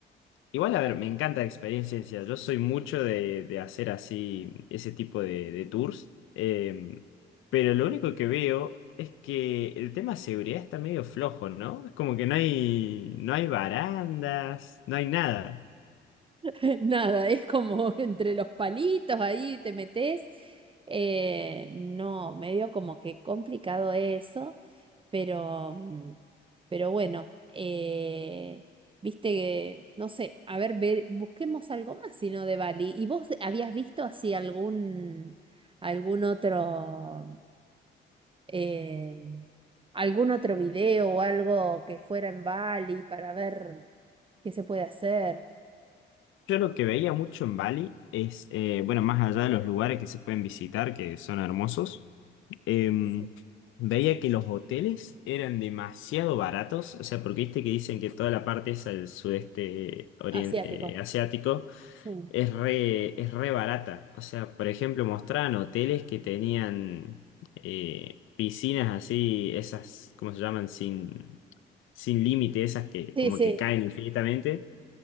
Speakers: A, on the left; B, on the right.
A: Igual, a
B: Bueno,
A: ver, me encanta la experiencia. Yo soy mucho de, de hacer así ese tipo de, de tours. em, pero lo único que veo es que el tema de seguridad está medio flojo, ¿no? Es como que no hay, no hay barandas, no hay nada.
B: <laughs> nada, es como <laughs> entre los palitos ahí te metes. eh, no, medio como que complicado eso. Pero, mm, pero bueno, eh, viste que, no sé, a ver, ve- busquemos algo más, sino de Bali. ¿Y vos habías visto así algún, algún otro, eh, algún otro video o algo que fuera en Bali para ver qué se puede hacer?
A: Yo lo que veía mucho en Bali es, eh, bueno, más allá de los lugares que se pueden visitar, que son hermosos, em,
B: Sí.
A: veía que los hoteles eran demasiado baratos, o sea, porque viste que dicen que toda la parte esa del sudeste orien-
B: Asiático.
A: eh, asiático
B: Sí,
A: es re, es re barata. O sea, por ejemplo, mostraban hoteles que tenían eh, piscinas así, esas, ¿cómo se llaman? Sin, sin límite, esas que
B: sí,
A: como
B: sí,
A: que caen infinitamente.